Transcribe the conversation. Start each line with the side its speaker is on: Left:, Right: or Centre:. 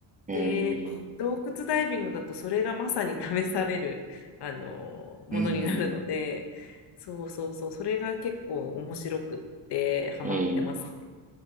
Right: えー
Left: で、洞窟ダイビングだとそれがまさに試される、あの、ものになるので、
Right: うん。
Left: そうそうそう、それが結構面白くってハマってますね
Right: えー